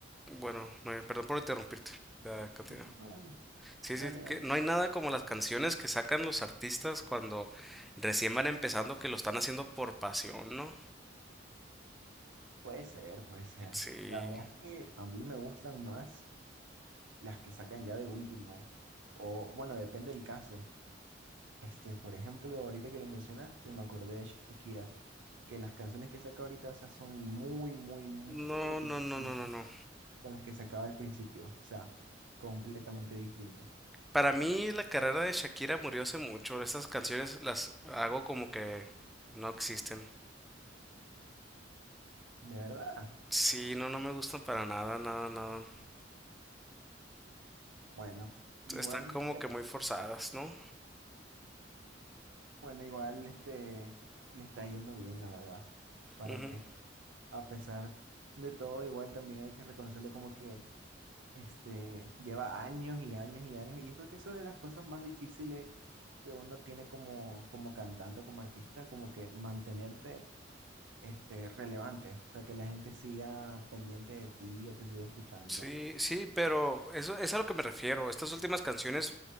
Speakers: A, in the centre; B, on the right.
A: Bueno, no hay- perdón por interrumpirte. Ya, continúa.
B: Ah, Dale,
A: Sí,
B: dale,
A: sí,
B: dale.
A: que no hay nada como las canciones que sacan los artistas cuando recién van empezando que lo están haciendo por pasión, ¿no?
B: Puede ser, puede ser.
A: Sí.
B: La verdad es que a mí me gustan más las que sacan ya de último, o bueno, depende del caso. Este, por ejemplo, ahorita que lo mencionaste, me acordé de Shakira, que las canciones que saca ahorita, o sea, son muy, muy, muy
A: No,
B: distintas
A: no, no, no, no, no.
B: con las que sacaba al principio, o sea, completamente distintas.
A: Para mí la carrera de Shakira murió hace mucho. Estas canciones las hago como que no existen.
B: De verdad.
A: Sí, no, no me gustan para nada, nada, nada.
B: Bueno, igual,
A: Están como
B: este,
A: que muy forzadas, ¿no?
B: bueno, igual este, le está yendo bien, la verdad. ¿Para
A: Ujú.
B: qué? A pesar de todo, igual también hay que reconocerle como que Este, lleva años y años y años, y yo creo que eso es de las cosas más difíciles que uno tiene como, como cantante o como artista, como que mantenerte, este, relevante, o sea, que la gente siga pendiente de ti o te siga escuchando.
A: Sí, sí, pero eso es a lo que me refiero. Estas últimas canciones,